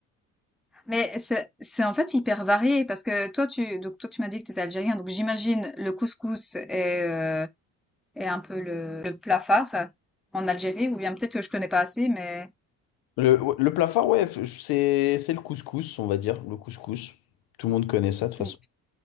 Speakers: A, in the centre; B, on the left.
A: Mais c'est c'est, en fait, hyper varié parce que toi, tu donc toi, tu m'as dit que tu étais algérien, donc j'imagine le couscous est, heu, est un peu le le plat phare en Algérie ou bien peut-être que je connais pas assez, mais
B: Le, ouais, le plat phare, ouais, f- c'est, c'est le couscous, on va dire, le couscous. Tout le monde connaît ça de toute façon.
A: mmh,